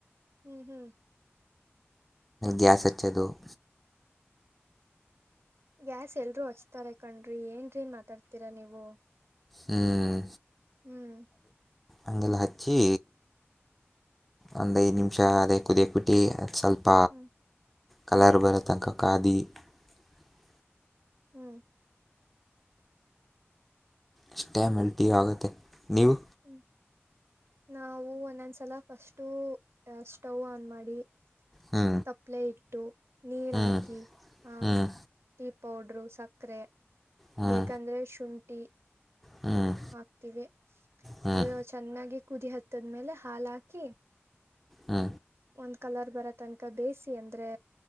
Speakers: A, on the right; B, in the centre.
A: ಹ್ಮ್ ಹ್ಮ್
B: ಗ್ಯಾಸ್ ಅಚ್ಚದು <unintelligible>
A: ಗ್ಯಾಸ್ ಎಲ್ರೂ ಹಚ್ತಾರೆ ಕಣ್ರಿ ಏನ್ರೀ ಮಾತಾಡ್ತೀರ ನೀವು
B: ಹ್ಮ್
A: ಹ್ಮ್
B: ಹಗೆಲ್ಲ ಹಚ್ಚಿ ಒಂದು ಐದು ನಿಮಿಷ ಅದೇ ಕುದಿಯಕ್ ಬಿಟ್ಟು ಸ್ವಲ್ಪ
A: ಹ್ಮ್
B: ಕಲರ್
A: ಹ್ಮ್
B: ಬರತ್ತನಕ ಪಕ್ಕಾಧಿ <unintelligible>
A: ಹ್ಮ್
B: ಅಷ್ಟೆ ಮೆಲ್ಟಿ ಆಗುತ್ತೆ ನೀವು
A: ಹ್ಮ ನಾವು ಒಂದೊಂದ್ಸಲ ಫಸ್ಟು ಸ್ಟವ್ ಆನ್ ಮಾಡಿ
B: ಹ್ಞೂ
A: ತಪ್ಲೆ ಇಟ್ಟು ನೀರ
B: ಹ್ಞೂ
A: ಹಾಕಿ ಆ
B: ಹ್ಞೂ
A: ಪೌಡ್ರು ಸಕ್ಕರೆ
B: ಹ್ಞೂ
A: ಬೇಕಂದ್ರೆ ಶುಂಠಿ ಕ
B: ಹ್ಞೂ
A: ಹಾಕ್ತೀವಿ
B: ಹ್ಞೂ
A: ಅದು ಚೆನ್ನಾಗಿ ಕುದಿ ಹತ್ತದ್ಮೇಲೆ ಹಾಲಾಕಿ
B: ಹ್ಮ
A: ಒಂದ್ ಕಲರ್ ಬರ ತನಕ ಬೇಯಿಸಿ ಅಂದ್ರೆ